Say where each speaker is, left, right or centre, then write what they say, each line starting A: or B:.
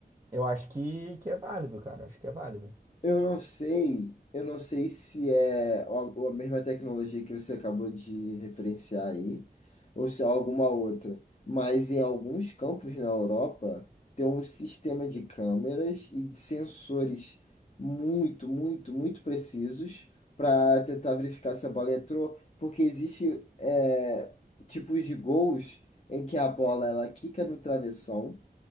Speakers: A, on the right; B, on the left.
A: eu acho que, que é válido, cara. Acho que é válido.
B: eu não sei, eu não sei se é a a mesma tecnologia que você acabou de referenciar aí, ou se é alguma outra. Mas em alguns campos na Europa tem um sistema de câmeras e de sensores muito, muito, muito precisos para tentar verificar se a bola entrou, porque existe é, tipos de gols em que a bola ela quica no travessão.